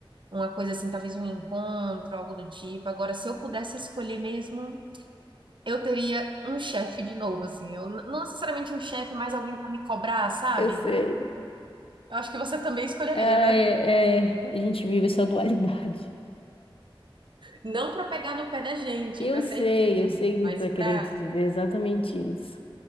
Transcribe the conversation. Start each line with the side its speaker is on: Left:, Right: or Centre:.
Right: Uma coisa assim, talvez um encontro, algo do tipo. Agora, se eu pudesse escolher mesmo, eu teria um chefe de novo, assim. Eu, n- não necessariamente um chefe, mas alguém para me cobrar, sabe?
Left: Eu sei.
Right: Eu acho que você também escolheria,
Left: Ah,
Right: né?
Left: é, é, a gente vive essa dualidade.
Right: Não para pegar no pé da gente,
Left: Eu
Right: para ser
Left: sei,
Right: rígido,
Left: eu sei que
Right: mas
Left: tu tá querendo
Right: para,
Left: dizer exatamente isso.